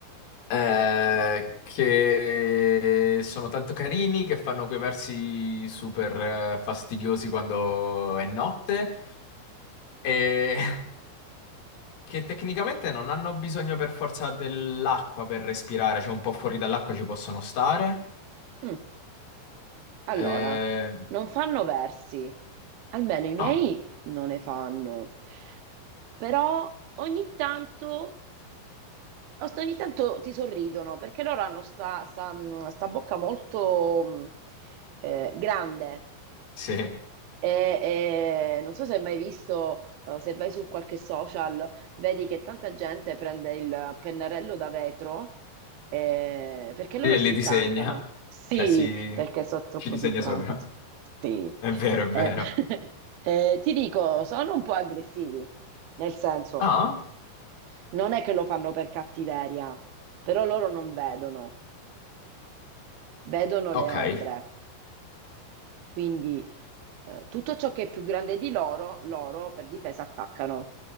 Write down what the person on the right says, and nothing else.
Mm, Allora,
non fanno versi, almeno i miei
non ne fanno. però ogni tanto, ogni tanto ti sorridono perché loro hanno sta, sta- mh, sta bocca molto mh, eh, grande
e, e non so se hai mai visto, eh, se vai su qualche social, vedi che tanta gente prende il pennarello da vetro. eh, perché loro
si
incantano,
sì,
perché sono troppo
simpatici.
Sì.
Eh, <laughs> eh, ti dico, sono un po' aggressivi, nel senso.
Non è che lo fanno per cattiveria, però loro non vedono, vedono
le ombre. Quindi eh, tutto ciò che è più grande di loro, loro per difesa attaccano.